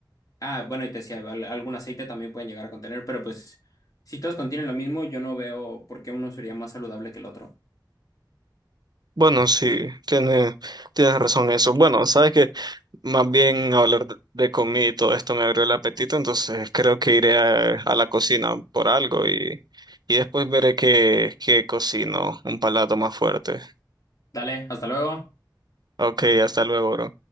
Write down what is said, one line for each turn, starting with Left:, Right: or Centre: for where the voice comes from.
Left: Ah, bueno, y te decía, al- algún aceite también pueden llegar a contener, pero pues si todos contienen lo mismo, yo no veo por qué uno sería más saludable que el otro.
Right: Bueno, sí, tiene, tienes razón en eso. Bueno, sabes que Más bien hablar de de comida y todo esto me abrió el apetito, entonces creo que iré a, a la cocina por algo y, y después veré qué, qué cocino, un palato más fuerte.
Left: Dale, hasta luego.
Right: Ok, hasta luego, bro.